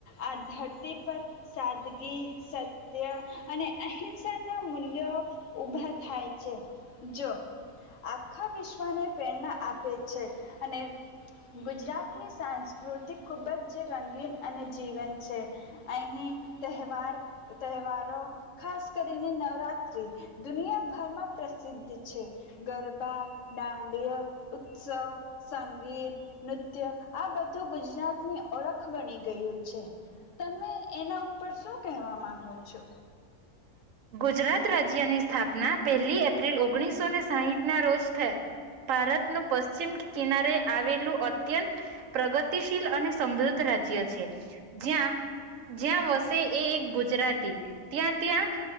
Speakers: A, on the left; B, on the right.
A: આ ધરતી પર સાદગી, સત્ય અને અહિંસાના મૂલ્યો ઉભા થાય છે. જો આખા વિશ્વને પ્રેરણા આપ તે છે, અને ગુજરાતની સાંસ્કૃતિ ખૂબ જ રંગીન અને જીવંત છે. અહીં તહેવાર તહેવારો ખાસ કરીને નવરાત્રિ દુનિયાભરમાં પ્રસિદ્ધ છે. ગરબા, દાંડ્ય ઉત્સવ, સંગીત, નૃત્ય આ બધું ગુજરાતની ઓળખ બની ગયું છે. તમે એના ઉપર શું કહેવા માંગો છો?
B: ગુજરાત રાજ્યની સ્થાપના પહેલી એપ્રિલ ઓગણીસો ને સાઈટ ના રોજ થ ભારત નું પશ્ચિમ કિનારે આવેલું અત્યંત, પ્રગતિશીલ અને સમૃદ્ધ રાજ્ય છે. જ્યાં જ્યાં વસ તે એ એક ગુજરાતી, ત્યાં ત્યાં